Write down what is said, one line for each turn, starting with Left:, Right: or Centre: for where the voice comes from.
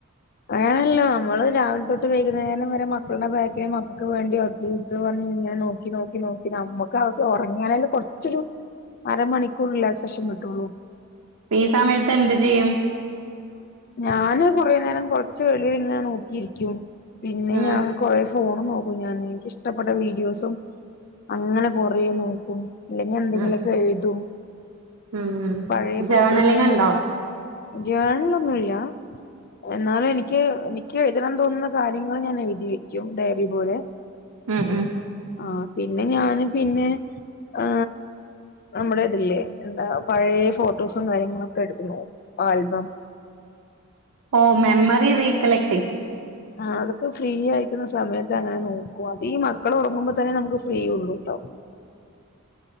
Left: വേണല്ലോ നമ്മള് രാവിലെ തൊട്ട് വൈകുന്നേരം വരെ മക്കളുടെ ബാക്കിൽ മക്കൾക്ക് വേണ്ടി അത് ഇത്പറ ഇങ്ങനെ നോക്കി നോക്കി നോക്കി നമുക്ക് ആശ്യം ഉറങ്ങ്യലല്ലേ കൊറച്ചൊരു അരമണിക്കൂർ റിലാക്സേഷൻ കിട്ടുള്ളൂ.
Right: അപ്പ ഈ സമയത്ത് എന്ത് ചെയ്യും?
Left: ഞാന് കുറേ നേരം കൊറച്ചു വെളില് ഇങ്ങനെ നോക്കിയിരിക്കും. പിന്നെ
Right: ഉം
Left: ഞാൻ കൊ ഫോൺ നോക്കും ഞാൻ എനിക്കിഷ്ടപ്പെട്ട വീഡിയോസും അങ്ങനെ കൊറേ നോക്കും. അല്ലെങ്കിൽ എന്തെങ്കിലുമൊക്കെ
Right: ഉം
Left: എഴുതും
Right: ഉം
Left: പഴയ
Right: ജേർണലിങ്
Left: ഫോട്ടോസ്
Right: ഉണ്ടോ
Left: ജേണലൊന്നുമില്ല എന്നാലും എനിക്ക് നിക്ക് എഴുതാൻ തോന്നുന്ന കാര്യങ്ങൾ ഞാൻ എഴുതി വെക്കും, ഡയറി പോലെ
Right: ഉം, ഉം
Left: ആ പിന്നെ ഞാന് പിന്നെ ആ നമ്മുടെ ഇതില്ലേ എന്താ പഴയ ഫോട്ടോസും കാര്യങ്ങളൊക്കെ എടുത്തു ആൽബം
Right: ഓ മെമ്മറി ഫ്രീ കളക്ടിങ്ങ്
Left: ആ അതൊക്കെ ഫ്രീ ആയിക്കുന്ന സമയത്ത് അങ്ങനെ നോക്കും, അത് ഈ മക്കൾ ഉറങ്ങുമ്പോ തന്നെ നമുക്ക് ഫ്രീ ഉള്ളൂ. ആ